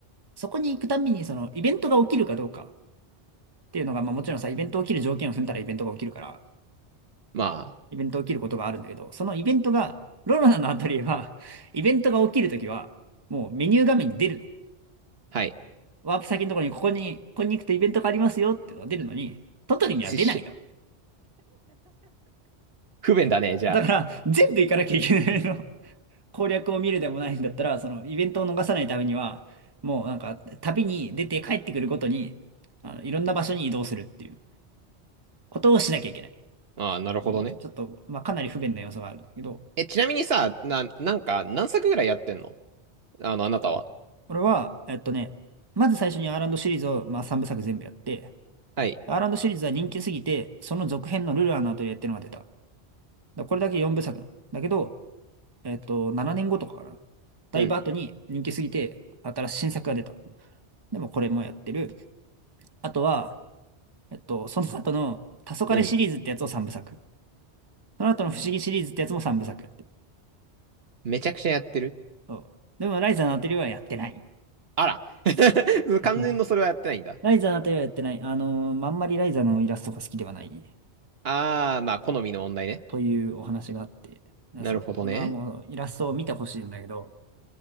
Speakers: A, on the right; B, on the right.
A: そこに行くたんびに、その、イベントが起きるかどうかっていうのが、まあ、もちろんさ、イベント起きる条件を踏んだらイベントが起きるから、
B: まあ、
A: イベント起きることがあるんだけど、そのイベントが、ロロナのアトリエは、<laughs> イベントが起きるときは、もうメニュー画面に出るの。
B: はい。
A: ワープ先のところに、ここに、ここに行くとイベントがありますよっていうのが出るのに、トトリには出ないの。
B: しし不便だね、じゃ
A: だから、全部行かなきゃいけないの。攻略を見るでもないんだったら、そのイベントを逃さないためには、もうなんか、旅に出て帰ってくるごとに、あの、いろんな場所に移動するっていうことをしなきゃいけない。っ
B: あ。ああ、なるほどね。
A: ていうちょっと、まあ、かなり不便な要素があるんだけど、
B: え、ちなみにさ、な、なんか何作ぐらいやってんのあの、あなたは。
A: これは、えっとね、まず最初にアーランドシリーズを、まあ、3部作全部やって、
B: はい。
A: アーランドシリーズは人気すぎて、その続編のルルアのアトリエっていうのが出た。だからこれだけ4部作だけど、えっと、7年後とかかな。だいぶ後に人気すぎて、
B: うん。
A: 新しい新作が出た。でもこれもやってる。あとは、えっと、その後の黄昏シリーズってやつを3部作。
B: うん。
A: その後の不思議シリーズってやつも3部作やってる。
B: めちゃくちゃやってる。
A: そう。でもライザーのアトリエはやってない。
B: あら。<laughs> 完全のそれはやってないんだ。
A: <laughs> ライザーのあたりはやってない。あのーまああんまりライザーのイラストが好きではない。
B: ああ、まあ、好みの問題ね。
A: というお話があって、
B: なるほどね。
A: そう、俺はもうイラストを見てほしいんだけど、